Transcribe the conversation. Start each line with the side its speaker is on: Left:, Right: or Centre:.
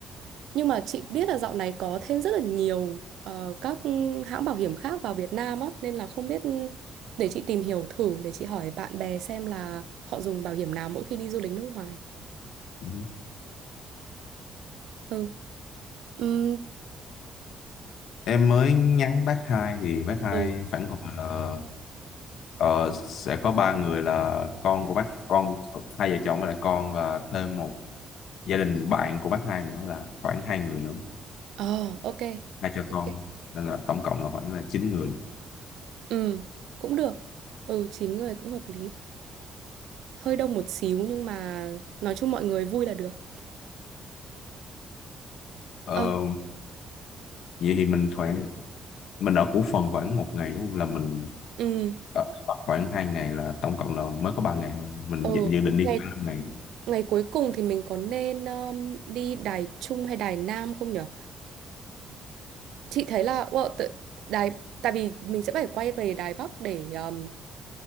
Right: nhưng mà chị biết là dạo này có thêm rất là nhiều ờ, các hãng bảo hiểm khác vào Việt Nam á nên là không biết để chị tìm hiểu thử để chị hỏi bạn bè xem là họ dùng bảo hiểm nào mỗi khi đi du lịch nước ngoài.
Left: Ừ.
Right: Ừ. Ừm,
Left: em mới nhắn bác hai thì bác hai
Right: Ừ.
Left: phản hồi là ờ, sẽ có ba người là con của bác con hai vợ chồng với lại con và thêm một gia đình bạn của bác hai nữa là khoảng hai người nữa
Right: Ờ, ok.
Left: hai cha
Right: Ok.
Left: con nên là tổng cộng là khoảng là chín người
Right: Ừ, cũng được. Ừ, 9 người cũng hợp lý. Hơi đông một xíu nhưng mà nói chung mọi người vui là được.
Left: ờ,
Right: Ờ,
Left: vậy thì mình khoảng mình ở Củ Phần khoảng một ngày đúng không là mình
Right: ừ,
Left: ở Bắc khoảng hai ngày là tổng cộng là mới có ba ngày thôi mình
Right: ừ.
Left: dự, dự định đi
Right: Ngày
Left: khoảng năm ngày
Right: ngày cuối cùng thì mình có nên um, đi Đài Trung hay Đài Nam không nhở? Chị thấy là wow, tự, Đài tại vì mình sẽ phải quay về Đài Bắc để um,